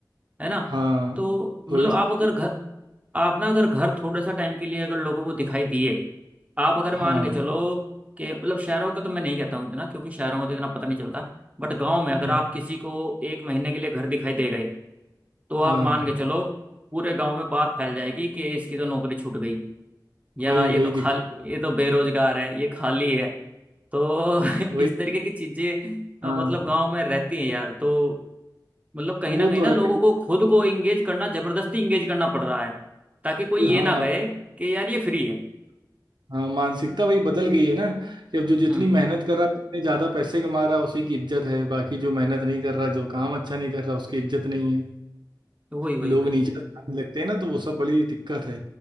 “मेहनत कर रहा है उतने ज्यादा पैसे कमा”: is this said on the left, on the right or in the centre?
Right